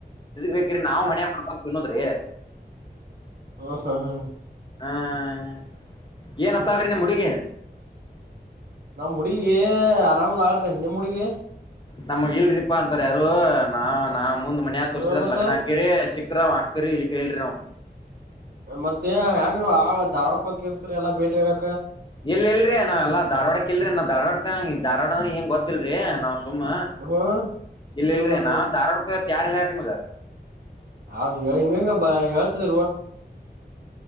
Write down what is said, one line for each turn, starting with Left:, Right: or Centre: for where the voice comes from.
Left: ಬೇಕ ನಾವು ಮನೆ ಮಾಡಕೋಡ್ ಚನ್ನೋದ್ರಿ
Right: ಹಾ ಹಾ ಹಾ ಹ
Left: ಹ್ಮ ಏನ್ ಹತ್ತಾಳಿ ನಿಮ್ ಹುಡುಗೀ
Right: ನಮ್ಮ್ ಹುಡುಗಿ ಆರಾಮದ್ ಆಗಡ್ರಿ ನಿಮ್ಮ್ ಹುಡುಗಿ
Left: ನಮಗ್ ಇಲ್ರರಿಪಾ ಅಂತಾರ ಯಾರು ನಾ ನಾ್ ಮುಂದ್ ಮನ್ಯ ತೋರ್ಸಿದಾರ
Right: ಹ್ಮ ಮತ್ತ
Left: ಲಗ್ನ ಕಿರಿ ಸಿಕ್ ರ ಅಕ್ಕರಿಲ್ಲಿ ಕೇೇಳ
Right: ಮತ್ತೆ ಹೆಂಗ ಧಾರ್ವಾಡಕ ಹಿರ್ತರಿ ಎಲ್ಲ ಬೇಟಿಗ
Left: ಇಲ್ ಇಲ್ರಿ ನಾವ್ ಎಲ್ಲ ಧಾರ್ವಾಡಕ್ ಇಲ್ರಿ ನಾ್ ಧವಾಡಕ ಧವಾಡ ಅಂದ್ರೆ ಹೆಂಗ ಗೊತ್ತಿಲ್ರಿ ನಾವ್ ಸುಮ್ಮ
Right: ಹ್ಮ್ ಹ್ಮ್
Left: ಇಲ್ಲ
Right: ಹ್ಮ್
Left: ಇಲ್ರಿ
Right: ಹ್ಮ್
Left: ನಾವ್ ದಧಾರ್ವಾಡ್ಕೋತ್ ಯಾರ್ ಇಲ್ಾರ ನಿಮಗ
Right: ಹಾವ ಹಿಂಗಂಗ ಬ ಹೇಳ್ತದ